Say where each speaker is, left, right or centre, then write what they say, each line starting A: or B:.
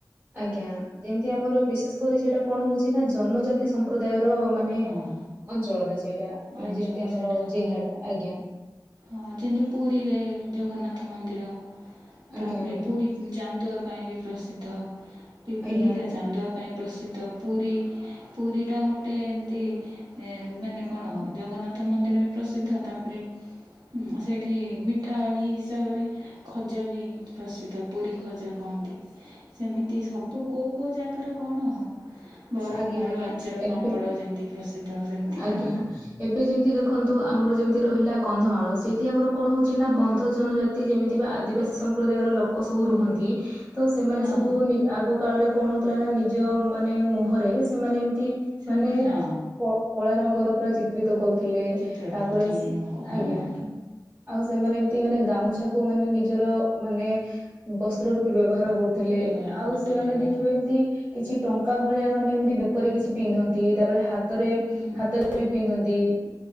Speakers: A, on the right (about 25°); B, on the right (about 65°).
A: ଆଜ୍ଞା ଯେମିତି ଆମର ବିଶେଷ କରି ସେଇଟା କଣ ହଉଛି ନା ଜନଜାତି ଜନଜାତି ସମ୍ପ୍ରଦାୟର ମାନେ
B: ହଁ
A: ଅଞ୍ଚଳଟା ସେଇଟା ମାନେ
B: ଅଞ୍ଚଳ
A: ଯେମିତି ଆମର
B: ସେଇଟା ହଁ
A: ଜିଲ୍ଲାଟା ଆଜ୍ଞା।
B: ହଁ ଯେମିତି ପୁରୀରେ ଜଗନ୍ନାଥ ମନ୍ଦିର। ତାପରେ
A: ଆଜ୍ଞା ଆଜ୍ଞା
B: ପୁରୀ ଚାନ୍ଦୁଆ ପାଇଁ ବି ପ୍ରସିଦ୍ଧ। ପିପିଲି
A: ଆଜ୍ଞା ଆଜ୍ଞା
B: ରା ଚାନ୍ଦୁଆ ପାଇଁ ପ୍ରସିଦ୍ଧ। ପୁରୀ ପୁରୀଟା ଗୋଟେ ଏମତି ଏ ମାନେ କଣ ଜଗନ୍ନାଥ ମନ୍ଦିର ପ୍ରସିଦ୍ଧ ତାପରେ ସେଇଠି ମିଠା ଇଏ ହିସାବରେ ଖଜା ବି ପ୍ରସିଦ୍ଧ ପୁରୀ ଖଜା କହନ୍ତି ସେମିତି ସବୁ କେଉଁ କେଉଁ ଜାଗାର କଣ ଆଉ ବ୍ରହ୍ମପୁରର
A: ଆଜ୍ଞା ଆଜ୍ଞା
B: ଆଚାର
A: ଏବେ
B: ପାମ୍ପଡ଼ ଯେମିତି ପ୍ରସିଦ୍ଧ ସେମିତିକା
A: ଆଜ୍ଞା
B: ଆଉ
A: ଏବେ ଯେମିତି ଦେଖନ୍ତୁ ଆମର ଯେମିତି ରହିଲା କନ୍ଧମାଳ ସେଇଠି ଆମର କଣ ହଉଛି ନା
B: ହୁଁ
A: କନ୍ଧ ଜନଜାତି ଯେମିତି ବା ଆଦିବାସୀ ସମ୍ପ୍ରଦାୟର ଲୋକ ସବୁ
B: ହୁଁ
A: ରୁହନ୍ତି ତ ସେମାନେ
B: ହଁ
A: ସବୁ ଆଗ କାଳରେ କଣ ହଉଥିଲା ନା ନିଜ ମାନେ ମୁହଁରେ ସେମାନେ ଏମିତି
B: ସେମାନେ
A: ମାନେ
B: ହଁ
A: କଳା ରଙ୍ଗର ପୁରା ଚିତ ତ୍ରିତ କରୁଥିଲେ
B: ଚିତ୍ର
A: ତାପରେ
B: କରୁଥିଲି
A: ଆଜ୍ଞା
B: ମୁହଁକୁ ହଁ
A: ଆଜ୍ଞା ଆଉ ସେମାନେ ଏମତି ମାନେ ଗାମୁଛାକୁ ମାନେ ନିଜର ମାନେ ବସ୍ତ୍ର ରୂପେ ବ୍ୟବହାର କରୁ ଥିଲେ
B: ବ୍ୟବହାର କରୁଥିଲେ
A: ଆଉ ସେମାନେ
B: ହଁ
A: ଦେଖିବେ ଏମିତି କିଛି ଟଙ୍କା ଭଳିଆ ମାନେ ଏମିତି ବେକରେ କିଛି ପିନ୍ଧନ୍ତି ତାପରେ ହା ହାତରେ
B: ହୁଁ
A: ହାତରେ ବି ପିନ୍ଧନ୍ତି